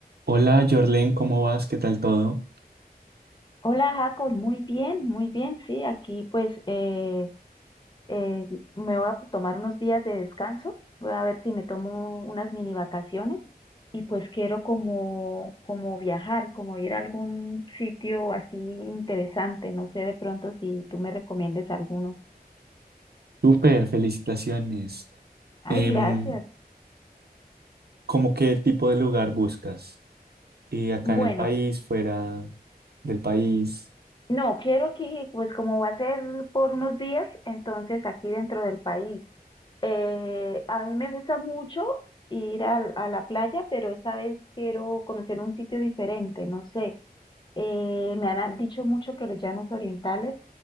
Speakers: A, on the right; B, on the left.
A: Hola, Jorlen, ¿cómo vas? ¿Qué tal todo?
B: Hola Jacob, muy bien, muy bien, sí, aquí pues eh, eh, me voy a tomar unos días de descanso, voy a ver si me tomo unas mini vacaciones y pues quiero como, como viajar, como ir a algún sitio así interesante, no sé de pronto si tú me recomiendes alguno.
A: Súper, felicitaciones.
B: Ay,
A: Em,
B: gracias.
A: ¿cómo qué tipo de lugar buscas? Y acá
B: Bueno,
A: en el país, fuera del país,
B: no, quiero que pues como va a ser por unos días, entonces aquí dentro del país. Eh, a mí me gusta mucho ir al- a, la playa, pero esta vez quiero conocer un sitio diferente, no sé. Eh, me han dicho mucho que los llanos orientales